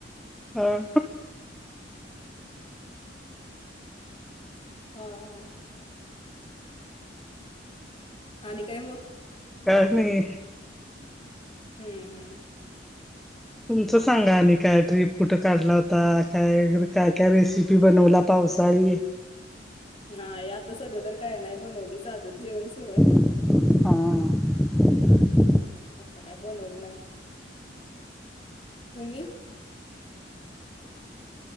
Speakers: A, in the centre; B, on the left.
A: हां
B: हां हां आणि कायं मंग
A: कांहीं नाहीं
B: हम्मं हम्मं
A: तुमचं सांगा आणि कायं ट्रीप कुठं काढला होता कायं कायं
B: हम्म
A: कायं रेसिपी बनवल्यां पावसाळीं
B: नाहीं आता संध्या तरं कायं नाहीं बनवली साधंच जेवणं सुरू आहे
A: हं
B: आता कायं बनवलं नाहीं तुम्हीं